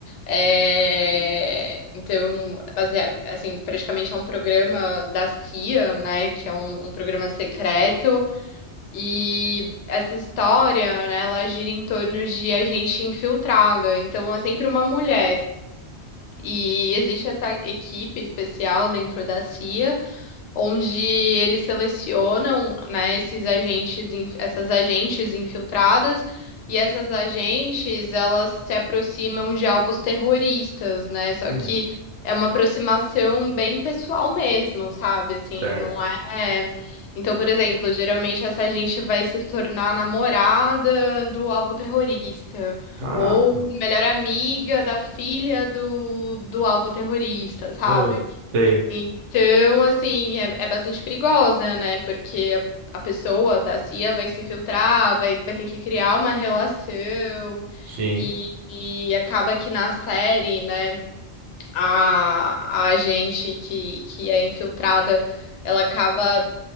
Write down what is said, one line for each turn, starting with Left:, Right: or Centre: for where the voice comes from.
Left: é, então, baseado, assim, praticamente é um programa da CIA, né? Que é um um programa secreto. E essa história, né, ela gira em torno de a gente infiltrada, então é sempre uma mulher. E existe essa equipe especial dentro da CIA onde eles selecionam, né, esses agentes, inf- essas agentes infiltradas, e essas agentes, elas se aproximam de alvos terroristas, né? Só
Right: hum,
Left: que é uma aproximação bem pessoal mesmo, sabe? Assim,
Right: certo.
Left: não é... Então, por exemplo, geralmente essa gente vai se tornar namorada do alvo terrorista.
Right: Caraca.
Left: Ou melhor amiga da filha do, do alvo terrorista, sabe?
Right: Ah, sei.
Left: Então, assim, é, é bastante perigosa, né? Porque a, a pessoa da CIA vai se filtrar, vai, vai ter que criar uma relação.
Right: Sim,
Left: E, e acaba que na série, né, a, a gente que, que é infiltrada, ela acaba